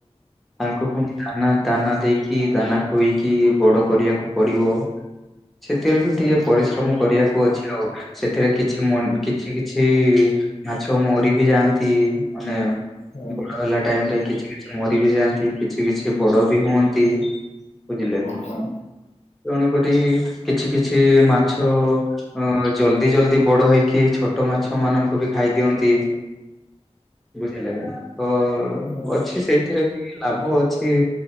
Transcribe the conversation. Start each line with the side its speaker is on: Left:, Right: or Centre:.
Centre: ତାଙ୍କୁ ପୁଣି ଦାନା ଦାନା ଦେଇକି ଦାନା ଖୋଇକି ବଡ କରିବାକୁ ପଡିବ। ସେଥିରେ ବି
Left: ହଁ
Centre: ଟିକେ ପରିଶ୍ରମ କରିବାକୁ ଅଛି ଆଉ, ସେଥିରେ କିଛି ମ-କିଛି କିଛି ମାଛ ମରି ବି ଯାଆନ୍ତି। ଇ ମାନେ
Left: ହଁ
Centre: ବଡ ହେଲା ଟାଇମରେ କିଛି କିଛି ମରି ବି ଯାଆନ୍ତି। କିଛି କିଛି ବଡ ବି ହୁଅନ୍ତି, ବୁଝିଲେ?
Left: ହଁ
Centre: ତେଣୁକରି କିଛି କିଛି ମାଛ ଅ-ଜଲ ଦି ଜଲଦି ବଡ ହେଇକି ଛୋଟ ମାଛ ମାନଙ୍କୁ ବି ଖାଇଦିଅନ୍ତି। ବୁଝିଲେ, ତ
Left: ହଁ
Centre: ଅଛି ସେଇ ଏଥିରେ ବି ଲାଭ ଅଛି,